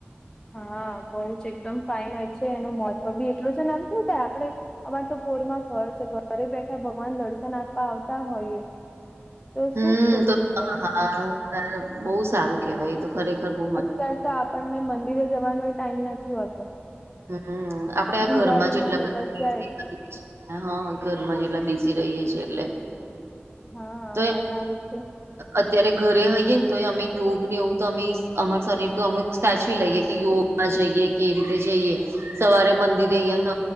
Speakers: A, on the left (about 15°); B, on the right (about 80°).
A: હા બઉ જ એકદમ ફાાઈન હોય છે એનું મહત્વ બી એટલું જ નામ કેવું થાય આપડે અમાર તો પોરમાં ઘર છે ઘરે બેઠા ભગવાન દર્શન આપવા આવતા હોઈએ તો
B: હમ
A: શું ખોટું
B: તો
A: છે
B: હા બહ સારું કેવાય એ તો ખરેખર બ
A: અત્યાર તો આપણને મંદિરે જવાનો ટાઈમ નથી હોતો.
B: હમ આપડે આ
A: દિવાળીમાં
B: ઘરમાં જેટલા
A: બધા
B: બધા.
A: જાય
B: હા ઘરમાં જેટલા બીજી રહીએ છીએ એટલે.
A: હા
B: તો
A: અને આવી રીતે.
B: અત્યારે ઘરે હઈએે ને તો અમે યોગ ને એવું તો અમે અમાર શરીર તો અમે સાચવી લઈએ કે યોગ. ચાલવા જઈએ કે રીતે જઈએ. સવારે મંદિરે અહિયાં